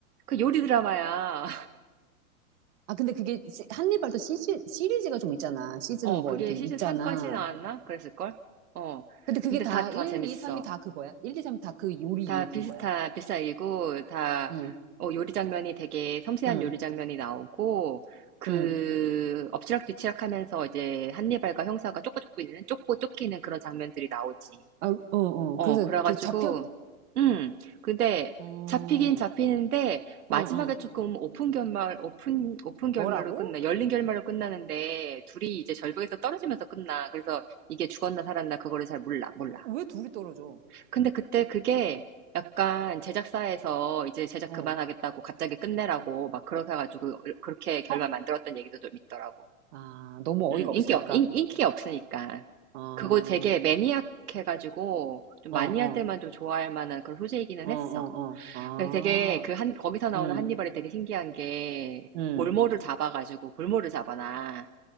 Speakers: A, on the right (about 80°); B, on the right (about 50°).
A: 그 요리 드라마야.
B: 아, 근데 그게 시- 한니발도 시즌 시리즈가 좀 있잖아. 시즌
A: 어,
B: 뭐
A: 그게
B: 이렇게
A: 시즌
B: 있잖아.
A: 3까지 나왔나? 그랬을걸? 어.
B: 근데 그게
A: 근데
B: 다
A: 다, 다
B: 1,
A: 재밌어.
B: 2, 3이 다 그거야. 1, 2, 3이 다 그 요리
A: 다
B: 얘기인
A: 비슷한,
B: 거야.
A: 비슷한 얘기고, 다,
B: 응,
A: 어, 요리 장면이 되게 섬세한
B: 응,
A: 요리 장면이 나오고, 그,
B: 응.
A: 엎치락뒤치락 하면서 이제 한니발과 형사가 쫓고 쫓고 있는, 쫓고 쫓기는 그런 장면들이 나오지.
B: 아, 어, 어.
A: 어,
B: 그래서
A: 그래가지고,
B: 그 잡혀?
A: 음, 근데
B: 어,
A: 잡히긴 잡히는데, 마지막에
B: 응, 응.
A: 조금 오픈 결말, 오픈, 오픈 결말로
B: 뭐라고?
A: 끝나, 열린 결말로 끝나는데, 둘이 이제 절벽에서 떨어지면서 끝나. 그래서 이게 죽었나 살았나, 그거를 잘 몰라, 몰라.
B: 왜 둘이 떨어져?
A: 근데 그때 그게 약간 제작사에서 이제 제작
B: 어,
A: 그만하겠다고 갑자기 끝내라고 막 그렇게 해가지고, 어, 그렇게 결말
B: 어?
A: 만들었던 얘기도 좀 있더라고.
B: 아, 너무
A: 음,
B: 어이가
A: 인기,
B: 없으니까.
A: 없- 인, 인기가 없으니까.
B: 어, 어,
A: 그거 되게 매니악해가지고, 좀
B: 어,
A: 마니아들만 좀 좋아할 만한 그런 소재이기는
B: 어, 어,
A: 했어.
B: 어. 아,
A: 근데 되게 그 한, 거기서 나오는
B: 응,
A: 한니발이 되게 신기한 게,
B: 응,
A: 볼모를 잡아가지고, 볼모를 잡아놔.